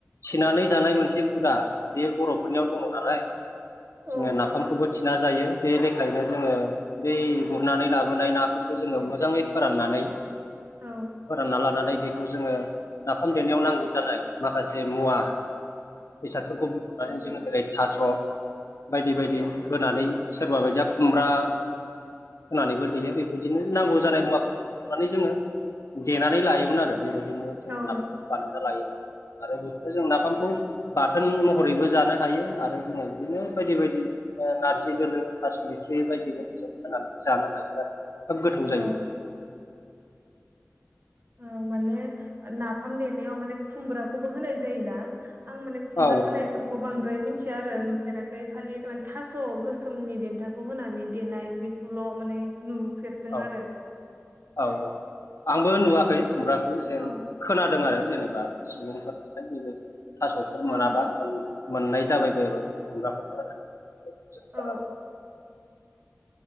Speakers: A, on the left; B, on the right.
A: थिनानै जानाय मोनसे हुदा बे बर'फोरनियाव दङ नालाय जोङो
B: औ
A: नाफामखौबो ना जायो बे लेखायनो जोङो बै गुरनानै लाबोनाय नाफोरखौ जोङो मोजाङै फोराननानै
B: औ
A: फोरानना लानानै बेखौ जोङो नाफाम देनायाव नांगौ जानाय माखासे मुवा बेसादफोरखौ बुथुमनानै जोङो जेरै थास' बायदि बायदि होनानै सोरबा बायदिया खुमब्रा होनानैबो देयो बेबायदिनो नांगौ जानाय मुवाखौ माने जोङो देनानै लायोमोन आरो बेबायदिनो जोङो
B: औ
A: ना बानायना लायो आरो बिदिनो जों नाफामखौ बाथोन महरैबो जानो हायो आरो जोङो बिदिनो बायदि बायदि ओ नारजि दोलो थास' बिथ्रि बायदि बायदि जों होनानै जानो हागोन आरो खोब गोथाव
B: औ
A: जायो
B: ओ माने नाफाम लिरनायाव माने खुमब्राखौबो होनाय जायोना आं माने खुमब्राा
A: औ
B: होनायफोरखौ बांद्राय द्राय मिथिया आरो नुफेराखै खालि थास' गोसोमनि देनथाखौ होनानै देनाय बेखौल' माने नुफेरदों
A: औ
B: आरो
A: औ औ आंबो नुवाखै खुमब्राखौ जेन
B: औ
A: खोनादों आरो जेनेबा सुबुंफोरनिफ्राय बेबो थास'फोर
B: औ
A: मोनाबा मोननाय जाबाय बायाबा खुमब्राखौ ओ खोनादों
B: औ